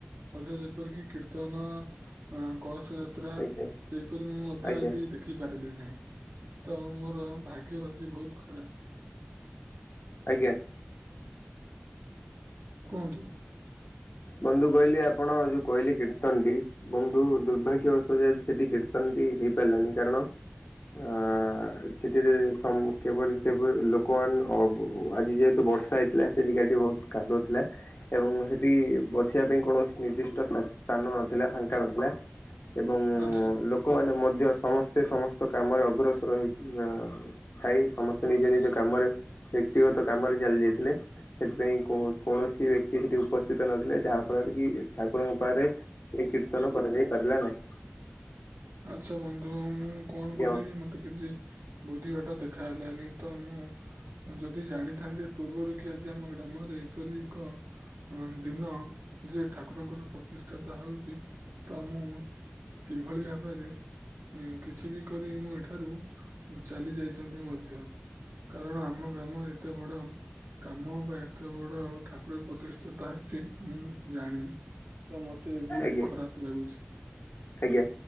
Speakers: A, on the right; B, on the left.
A: ମଝିରେ ଯେପରିକି କୀର୍ତ୍ତନ ଅଁ କଳସ। ରଥ ଯାତ୍ରା
B: ଆଜ୍ଞା ଆଜ୍ଞା
A: ସେହିପରି ମୁଁ ମଧ୍ୟ
B: ଆଜ୍ଞା
A: ଆଜି ଦେଖି ପାରିଲି ନାହିଁ ତ ମୋର ଭାଗ୍ୟ ଆଜି ବହୁତ ଖରାପ।
B: ଆଜ୍ଞା।
A: କୁହନ୍ତୁ।
B: ବନ୍ଧୁ କହିଲି ଆପଣ ଯୋଉ କହିଲେ କୀର୍ତ୍ତନ ଟି ବନ୍ଧୁ ଦୁର୍ଭାଗ୍ୟ ବଶତ ଆଜି ସେଠି କୀର୍ତ୍ତନ ଟି ହେଇପାରିଲାନି କାରଣ ଆ <unintelligible> କିପରି ସେପରି ଲୋକମାନେ ଅ ଆଜି ଯେହେତୁ ବର୍ଷା ହେଇ ଥିଲା ସେ ଜାଗାଟି ବହୁତ କାଦୁଅ ଥିଲା। ଏବଂ ସେଠି ବସିବା ପାଇଁ କୌଣସି ନିର୍ଦ୍ଦିଷ୍ଟ ସ୍ଥାନ ନଥିଲା ଫାଙ୍କା ନଥିଲା। ଏବଂ
A: ଆଚ୍ଛା
B: ଲୋକମାନେ ମଧ୍ୟ ସମସ୍ତେ ସମସ୍ତ କାମରେ ଅଗ୍ରସର ହେଇକି ଆଁ ଥାଇ ସମସ୍ତେ ନିଜ ନିଜ କାମରେ ବ୍ୟକ୍ତିଗତ କାମରେ ଚାଲିଯାଇଥିଲେ ସେଥିପାଇଁ କୋ କୌଣସି ବ୍ୟକ୍ତି ସେଠି ଉପସ୍ଥିତ ନଥିଲେ ଯାହା ଫଳରେ କି ଠାକୁରଙ୍କ ପାଖରେ ଟିକେ କୀର୍ତ୍ତନ କରାଯାଇ ପାରିଲା ନାହିଁ।
A: ଆଚ୍ଛା ବନ୍ଧୁ ମୁଁ କଣ
B: ଆଜ୍ଞା
A: କରିବି ମତେ କିଛି ବୁଦ୍ଧି ବାଟ ଦେଖା ହେଲାନି ତ ମୁଁ ଯଦି ଜାଣିଥାନ୍ତି ପୂର୍ବରୁ କି ଆଜି ଆମ ଗ୍ରାମରେ ଏପରି ଏଖ ଅ ଦିନ ଯିଏ ଠାକୁରଙ୍କର ପ୍ରତିଷ୍ଠାତା ହଉଚି ତ ମୁଁ କିଭଳି ଭାବରେ କିଛି ବି କରି ମୁଁ ଏଠାରୁ ଚାଲି ଯାଇଛନ୍ତି ମଧ୍ୟ କାରଣ ଆମ ଗ୍ରାମରେ ଏତେ ବଡ କାମ ବା ଏତେ ବଡ଼ ଠାକୁର ପ୍ରତିଷ୍ଠା ତା ହେଉଛି ମୁଁ ଜାଣିନି। ତ ମତେ ବହୁତ
B: ଆଜ୍ଞା।
A: ଖରାପ ଲାଗୁଛି।
B: ଆଜ୍ଞା।